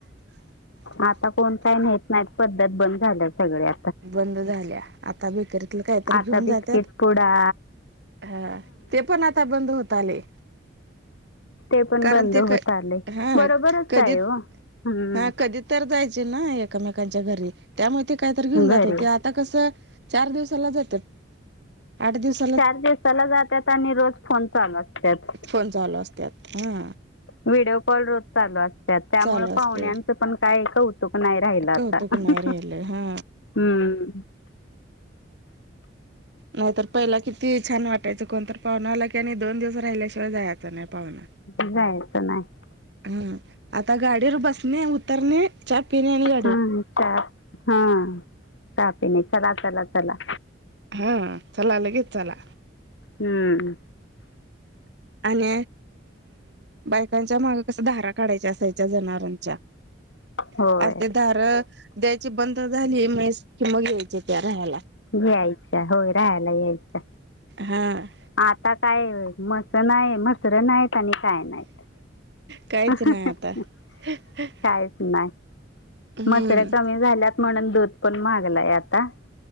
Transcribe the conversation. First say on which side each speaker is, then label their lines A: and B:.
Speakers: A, on the left; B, on the right.
A: आता कोण काय नेत नात पद्धत बंद झाल्या सगळय.
B: बंद झाल्या आता बेकरीतलं काहीतरी घेऊन
A: आता
B: जातात.
A: बिस्किट पुडा
B: हा ते पण आता बंद होत आले.
A: ते पण
B: कारण
A: बंद
B: ते काय,
A: होत आले
B: हा
A: बरोबरच
B: कधी
A: आहे हो हम्म
B: हा कधी तर जायचे ना एकमेकांच्या घरी, त्यामुळे ते कायतर घेऊन
A: घरी
B: जात होते. आत आता कसं चार दिवसाला येतात आठ दिवस.
A: चार दिवसाला जात्यात आणि रोज फोन चालू असत्यात.
B: फोन चालू असत हा.
A: व्हिडिओ कॉल रोज चालू असत त्यामुळे
B: चालू असते
A: पाहुण्यांचं पण काय कौतुक. तूप नाही राहिला
B: कौतुक
A: आता
B: नाही
A: हम्म.
B: राहिलं हा नाहीतर पहिलं किती छान वाटायचं कोणत पाहुना आला की आणि दोन दिवस राहिल्याशिवाय जायचं नाही पाहुना.
A: जायचं नाही.
B: हं आता गाडीवर बसणे, उतरणे. च्या पीने आणि <unintelligible>
A: हम हम चाय पीने चला चला चला.
B: हा चलाला लगेच चला.
A: हम्म.
B: आणि बायकांच्या मागे कस धारा काढायच्या असायच्या जना <unintelligible>
A: होय
B: द्यायची बंद झाली म्हैस कि मग यायचे त्या राहायला.
A: यायच्या होय राहायला यायच्या.
B: हा हा.
A: आता काय मसं नाहीय मसं <unintelligible> नाहीत आणि काय नाहीत.
B: काहीच नाही आता. <inaudible>
A: काहीच नाही
B: हम्म
A: मसर्या कमी झाल्यात म्हणून दूध पण महागलाय आता.